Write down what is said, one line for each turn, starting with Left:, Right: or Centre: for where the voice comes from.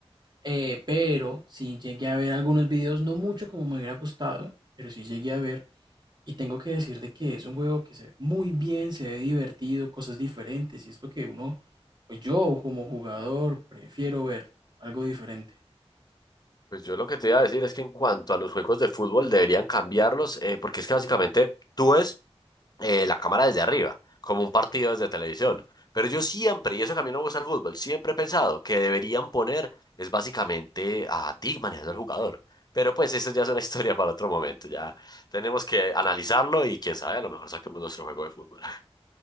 Right: eh, pero sí llegué a ver algunos videos, no mucho como me hubiera gustado, pero sí llegué a ver. Y tengo que decir de que es un juego que se ve muy bien, se ve divertido, cosas diferentes, y es lo que uno, pues yo como jugador prefiero ver, algo diferente.
Left: Pues yo lo que te iba a decir es que en cuanto a los juegos de fútbol deberían cambiarlos, eh, porque es que básicamente tú ves eh, la cámara desde arriba, como un partido desde televisión. Pero yo siempre, y eso que a mí no me gusta el fútbol, siempre he pensado que deberían poner, es básicamente a ti manejando al jugador. Pero pues eso ya es una <laughs> historia para otro momento, ya tenemos que analizarlo y quién sabe, a lo mejor saquemos nuestro juego de fútbol. <laughs>